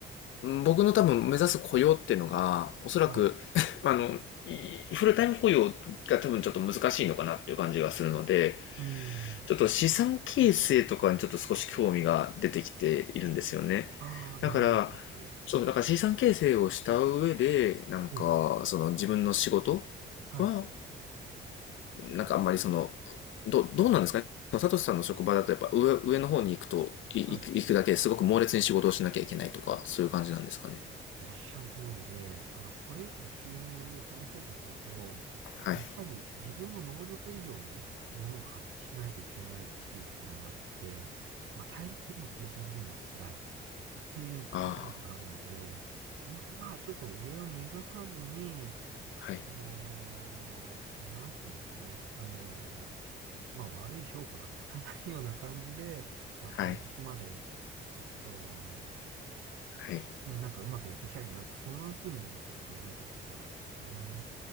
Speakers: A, on the left (about 75°); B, on the right (about 85°).
A: 僕の多分目指す雇用っていうのが、おそらく
B: はい。う
A: <laughs>、あの、フルタイム雇用が多分ちょっと難しいのかなっていう感じがするので、
B: ーん。
A: ちょっと資産形成とかにちょっと少し興味が出てきているんですよね。
B: ああ、なるほど。
A: だから、そう、だから資産形成をした上で、なんか、
B: ええ、
A: その自分の仕事は、
B: はい。
A: なんかあんまりその、ど、どうなんですかね。サトシさんの職場だとやっぱ上、上の方に行くと、い行く行くだけですごく猛烈に仕事をしなきゃいけないとか、
B: はい。
A: そういう感じなんですかね。
B: おっしゃる通りで、あの、これ以上収入を増やそうとすると、
A: はい。
B: やっぱり自分の能力以上のものを発揮しないといけないっていうところもあって、まあ、体力的にも精神的にも辛いっていうところがあるので、
A: あ
B: んまあ、ちょっと上を目指さずに、
A: あ、はい。
B: あのーなんていうんですかね、あのーまあ、悪い評価がつかないような感じで、まあ、
A: はい。
B: 対局まで、えっと、
A: はい。
B: うんなんかうまくやっていきたいなって、そんな風に今ちょっと考えてるところなんですよね。